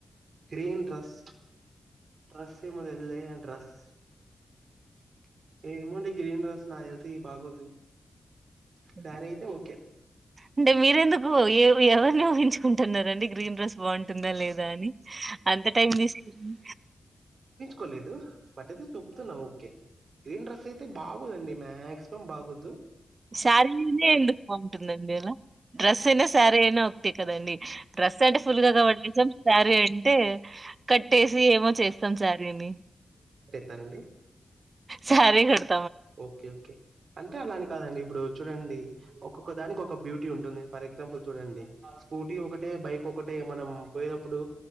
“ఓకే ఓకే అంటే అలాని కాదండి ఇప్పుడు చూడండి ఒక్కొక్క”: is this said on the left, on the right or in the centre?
Right